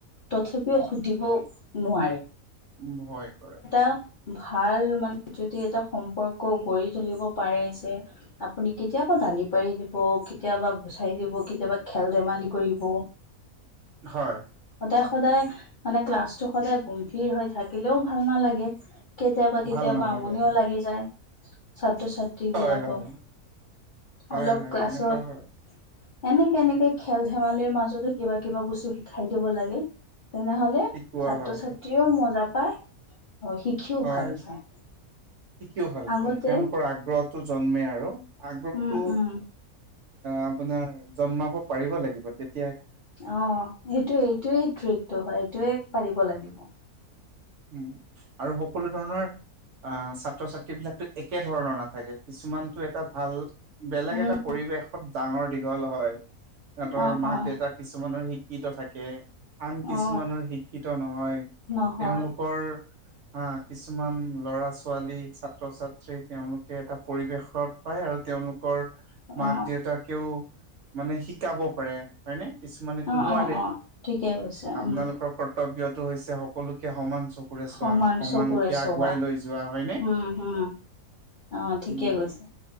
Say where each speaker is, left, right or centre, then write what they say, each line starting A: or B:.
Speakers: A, on the left; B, on the right.
A: তথাপিও সুধিব নোৱাৰে।
B: উ ভয় কৰে।
A: এ, ভাল মানে যদি এটা সম্পৰ্ক গঢ়ি তুলিব পাৰে যে আপুনি কি কেতিয়াবা গালি পাৰি দিব কেতিয়াবা গুচাই দিব কেতিয়াবা খেল ধেমালি কৰিব
B: হয়
A: সদায় সদায় মানে ক্লাছটো সদায় গমভিৰ হৈ থাকিলেও ভাল নালাগে। কেতিয়াবা কেতিয়াবা
B: ভাল নালাগে
A: আমনিও লাগি যায়। ছাত্ৰ-ছাত্ৰীবিলাকক
B: হয় হয় হয়
A: অলপ
B: হয়
A: ক্লাছত
B: তেনেকুৱা হয়
A: সেনেকে এনেকে খেল ধেমালিৰ মাজত কিবা কিবা বস্তু শিকাই দিব লাগে। তেনেহলে
B: শিকোৱা
A: ছাত্ৰ-ছাত্ৰীও
B: হয়
A: মজা পায়। অ শিকিও
B: হয়
A: ভাল পায়।
B: শিকিও ভাল
A: আগতে
B: পায়। তেওঁলোকৰ আগ্ৰহটো জন্মে আৰু আগ্ৰহটো
A: উম উম
B: আপোনাৰ জন্মাব পাৰিব লাগিব তেত
A: অ, এইটো এইটোয়েই ট্ৰিকটো হয় এইটোৱে পাৰিব লাগিব।
B: উম আৰু সকলো ধৰণৰ আহ ছাত্ৰ-ছাত্ৰীবিলাকতো একে ধৰণৰ নাথাকে কিছুমানটো এটা ভাল বেলেগ
A: উম
B: এটা পৰিৱেশত ডাঙৰ দীঘল হয়। সেহঁতৰ
A: অ
B: মাক
A: অ
B: দেউতাক কিছুমানৰ শিক শিক্ষিত থাকে আন কিছুমানৰ
A: অ
B: শিক্ষিত নহয়।
A: নহয়
B: তেওঁলোকৰ অ', কিছুমান লৰা ছোৱালী ছাত্ৰ ছাত্ৰী তেওঁলোকে এটা পৰিৱেশত পায়। আৰু তেওঁলোকৰ মাক
A: অ
B: দেউতাকেও মানে শিক শিকাব পাৰে হয়নে কিছুমানেতো
A: অ
B: নোৱাৰে
A: অ অ ঠিকে কৈছে
B: আপোনালোকৰ
A: উম।
B: কৰ্তব্যত টো হৈছে সকলোকে সমান চকুৰে
A: সমান
B: চোৱা সমানকে
A: চকুৰে চোৱা
B: আগুৱাই লৈ যোৱা হয়নে
A: উম হম অ ঠিকে
B: উম
A: কৈছে